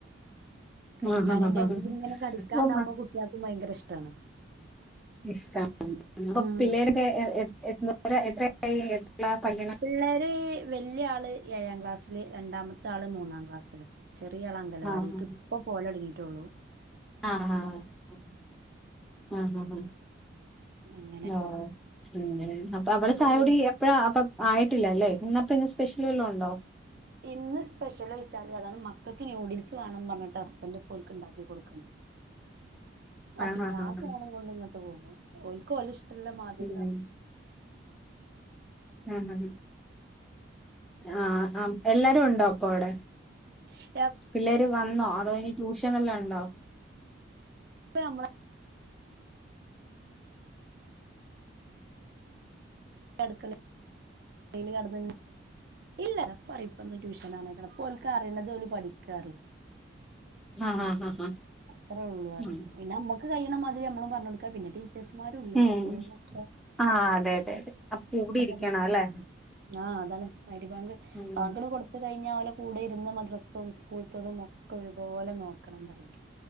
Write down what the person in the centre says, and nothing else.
ആഹ് ആഹ്
ആഹ്
ആഹ്
അപ്പം
ഇഷ്ടാണ് അപ്പൊ
പിള്ളേരൊക്കെ എ എത്ര എത്രയിലാ പഠിക്കുന്നെ
ആഹ്
ആഹ് ആഹ് ആഹ്‌ ആഹ്
ഓ ഉം അപ്പൊ അവിടെ
ചായ
കുടി എ ഇപ്പഴ് അപ്പൊ ആയിട്ടില്ല അല്ലേ ഇന്നപ്പോ ഇന്ന് സ്പെഷ്യൽ വല്ലോം ഉണ്ടോ
ആഹ് ആഹ്
ആഹ്
ഉം ഉം ഉം ആഹ് ആഹ് എല്ലാരും ഉണ്ടോ അപ്പൊ അവിടെ?
പിള്ളേര് വന്നോ അതോ ഇനി ട്യൂഷൻ വല്ലോ ഉണ്ടോ?
ആഹ് ആഹ് ആഹ് ആഹ്
ഉം
ഉം
ആഹ് അതെ അതെ അതെ അപ്പൊ കൂടി ഇരിക്കണം
അല്ലെ.
ഉം